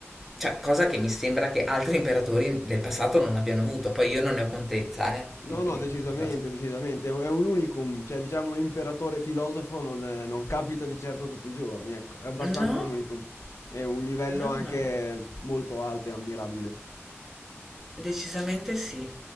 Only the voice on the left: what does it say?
No,
no, decisamente,
decisamente. È un è un unicum, cioè diciamo un imperatore filosofo non, eh, non capita di certo tutti i giorni, ecco, è abbastanza
un unicum. È un livello
anche
molto alto e ammirabile.